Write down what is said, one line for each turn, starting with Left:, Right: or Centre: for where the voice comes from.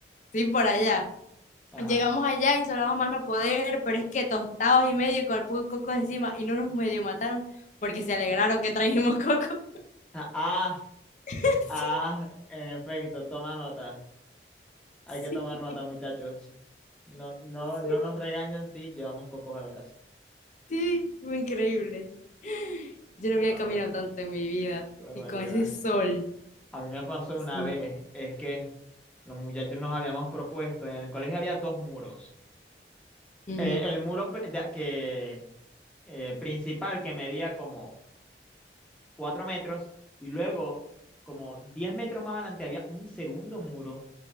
Left: sí, por allá.
Centre: Ajá.
Left: Llegamos allá, insolados, jamás no poder, pero es que tostados y medio y con el poco de cocos encima. Y no nos medio mataron porque se alegraron que trajimos coco.
Centre: Ja, Ah,
Left: <laughs>
Centre: ah, en efecto, toma nota. Hay
Left: Sí,
Centre: que tomar
Left: sí,
Centre: nota, muchachos. No, no, no
Left: sí.
Centre: nos regañan si llevamos cocos a la casa.
Left: Sí, fue increíble. Yo no
Centre: Qué
Left: había
Centre: bárbaro,
Left: caminado tanto en mi vida
Centre: qué barbaridad.
Left: y con ese sol.
Centre: A mí me pasó
Left: Sí.
Centre: una vez, es que los muchachos nos habíamos propuesto, en el colegio había dos muros.
Left: Ujú.
Centre: Eh, el muro pri- de- que, eh, principal que medía como cuatro metros, y luego, como 10 metros más adelante, había un segundo muro